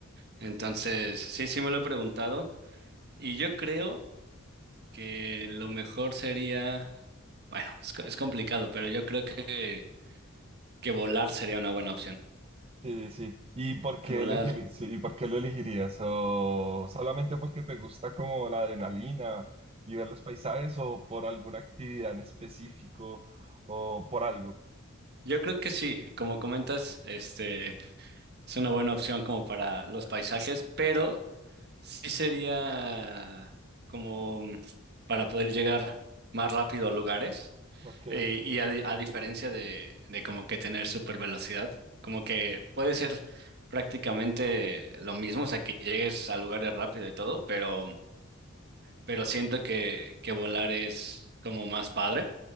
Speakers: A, on the right; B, on the right.
A: Entonces, sí, sí me lo he preguntado. Y yo creo que lo mejor sería, bueno, es, co- es complicado, pero yo creo que, que volar sería una buena opción.
B: sí, sí. ¿Y por qué
A: Volar.
B: elegir, sí, y por qué lo elegirías? ¿O solamente porque te gusta como la adrenalina y ver los paisajes o por alguna actividad en específico o por algo?
A: Yo creo que sí, como comentas, este... Es una buena opción como para los paisajes, pero sí sería como para poder llegar más rápido a lugares
B: Ok,
A: eh, y a, di- a diferencia de, de como que tener super velocidad, como que puede ser prácticamente lo mismo, o sea, que llegues a lugares rápido y todo, pero pero siento que, que volar es como más padre,